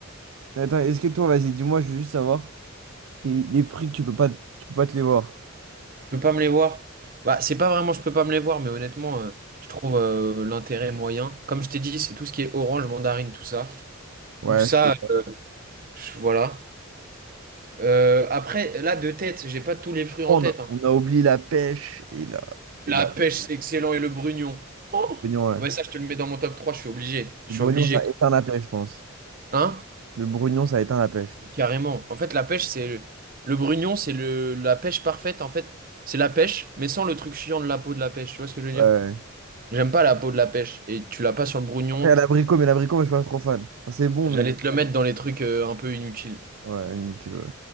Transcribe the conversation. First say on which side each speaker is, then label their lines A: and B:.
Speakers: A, on the right; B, on the right.
A: Mais attends, est-ce que toi, vas-y, dis-moi, je veux juste savoir, les, les fruits, que tu peux pas, tu peux pas te les voir.
B: Je peux pas me les voir. Bah, c'est pas vraiment je peux pas me les voir, mais honnêtement, euh, je trouve euh, l'intérêt moyen. Comme je t'ai dit, c'est tout ce qui est orange, mandarine, tout ça.
A: Ouais,
B: Ou ça,
A: je te...
B: je- voilà. Euh, après, là, de tête, j'ai pas tous les fruits en
A: On
B: tête.
A: a,
B: hein.
A: on a oublié la pêche et la... Et
B: La
A: la... le
B: pêche, c'est excellent, et le brugnon. Oh!
A: brognon, ouais.
B: Ouais, ça, je te le mets dans mon top trois. je suis obligé. Je
A: Le
B: suis
A: brognon,
B: obligé.
A: ça éteint la pêche, je pense.
B: Hein?
A: Le brugnon, ça éteint la pêche.
B: Mais Carrément. En fait, la pêche, c'est... Le le brugnon, c'est le... la pêche parfaite, en fait. C'est la pêche, mais sans le truc chiant de la peau de la pêche. Tu vois ce que je veux dire?
A: Ouais. ouais.
B: J'aime pas la peau de la pêche. Et tu l'as pas sur le brugnon.
A: Après, il y a l'abricot, mais l'abricot, moi, je suis pas trop fan. Enfin, c'est bon,
B: J'allais
A: mais.
B: te le mettre dans les trucs euh, un peu inutiles.
A: Ouais, inutile, ouais.